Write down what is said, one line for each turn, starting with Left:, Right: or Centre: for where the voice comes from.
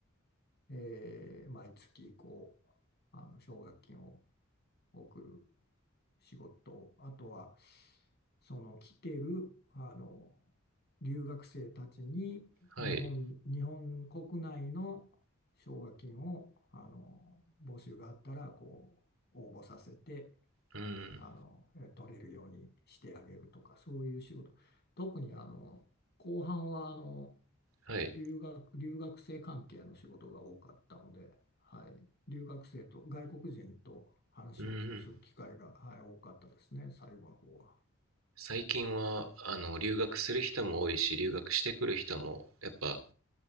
Left: えー毎月こうあの奨学金を送る仕事、あとはその来てるあの留学生たちに日本、
Right: はい
Left: 日本国内の奨学金をあの募集があったらこう応募させて。
Right: うん
Left: あの、え取れるようにしてあげるとか、そういう仕事。特にあの、後半はあの、
Right: はい
Left: 留学、留学生関係の仕事が多かったので、はい、留学生と外国人と話をきする機会が、
Right: うん
Left: はい、多かったですね、最後の方は。
Right: 最近はあの留学する人も多いし留学してくる人もやっぱ